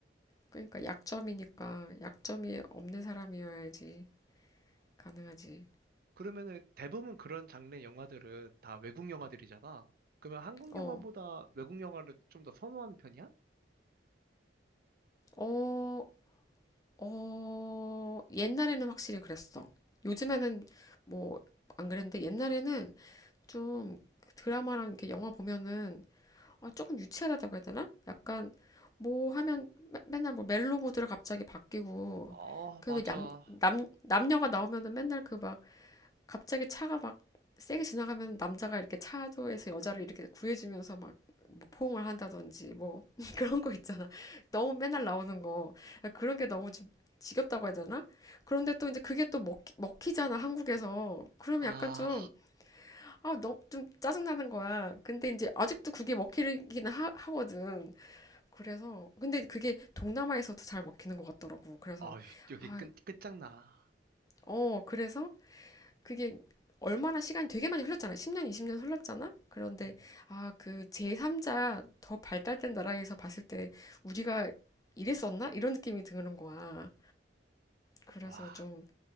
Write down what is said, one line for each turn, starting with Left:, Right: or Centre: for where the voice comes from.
Left: 그러니까 약점이니까 약점이 없는 사람이어야지 가능하지.
Right: 그러면은 대부분 그런 장르의 영화들은 다 외국 영화들이잖아. 그러면 한국
Left: 어,
Right: 영화보다 외국 영화를 좀 더 선호하는 편이야?
Left: 어, 어, 옛날에는 확실히 그랬어. 요즘에는 뭐 안 그랬는데 옛날에는 좀 드라마랑 이렇게 영화 보면은 아, 조금 유치하다고 해야 되나? 약간 뭐 하면 매- 맨날 뭐 멜로 모드로 갑자기 바뀌고
Right: 아,
Left: 그리고
Right: 맞아.
Left: 남, 남, 남녀가 나오면은 맨날 그 막 갑자기 차가 막 세게 지나가면 남자가 이렇게 차도에서 여자를 이렇게 구해주면서 막뭐 포옹을 한다든지 뭐 <laughs> 그런 거 있잖아. 너무 맨날 나오는 거. 아, 그런 게 너무 좀 지겹다고 해야 되나? 그런데 또 이제 그게 또 먹히, 먹히잖아, 한국에서. 그러면
Right: 아,
Left: 약간 좀 아, 너무 좀 짜증나는 거야. 근데 이제 아직도 그게 먹히긴 하, 하거든. 그래서, 근데 그게 동남아에서도 잘 먹히는 것 같더라고. 그래서,
Right: 아, 여기
Left: 아,
Right: 끝, 끝장나.
Left: 어, 그래서 그게 얼마나 시간이 되게 많이 흘렀잖아. 10년, 20년 흘렀잖아? 그런데,
Right: 음.
Left: 아, 그 제3자 더 발달된 나라에서 봤을 때 우리가 이랬었나? 이런 느낌이 드는 거야. 그래서
Right: 와.
Left: 좀